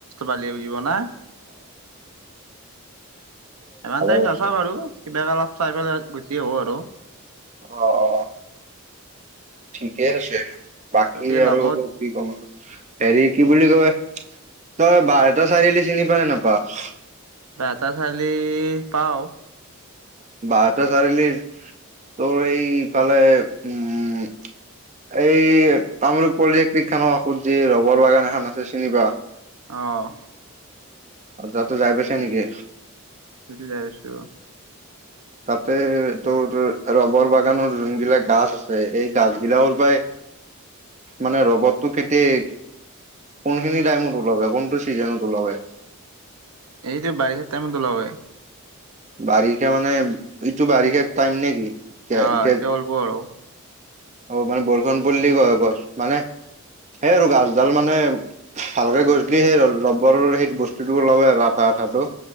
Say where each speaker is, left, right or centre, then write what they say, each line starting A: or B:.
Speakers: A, on the right; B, on the right.
A: বালিয় যিব না?
B: অ।
A: ইমান টাইম
B: কৰিছা
A: নাচা ব আৰু কিবা কালত---। চাই পেলাই গুচি আহাব আৰু---।
B: অহ অহ। ঠিকে আছে। বাকী
A: গতিকে
B: আৰু
A: নগদ
B: কি ক'ম আৰু হেৰি কি বুলি কয়---। তই বাহটা চাৰিআলি চিনি পাল নে নাপাৱ
A: বটা চালি পাওঁ
B: বটা চাৰিআলিৰ তোৰ এই ইফালে উম এই কামৰূপ পলজেক্ট্ৰিক খানৰ কাষত যি ৰবৰ বাগান এখন আছে চিনি পা
A: আহঁ
B: অ তাতো যাই পাইছে নেকি?
A: যাই পাইছো।
B: তাতে তোৰ ৰবৰ বাগানৰ যোন গিলাক গাছ আছে। এই গাছ
A: উম
B: গিলাও পাই, মানে ৰবতটো কেতিয়াই কোনখিনি টাইমত ওলাব কোনটো চিজনত ওলাব
A: এইটো বাৰিষা টাইমত ওলাব।
B: বাৰিষা মানে ইটো বাৰিষা টাইম নেকি? এতিয়া
A: অতিল
B: এতিয়া
A: ব আৰু আৰু
B: অ মানে বৰষুণ পৰিলে কয় গছ মানে সেই আৰু গছডাল মানে ভালকে
A: উম
B: গছিলি সেই লব ঘৰ ৰ সেই বস্তু টোওৱে আৰু আঠটা আঠটো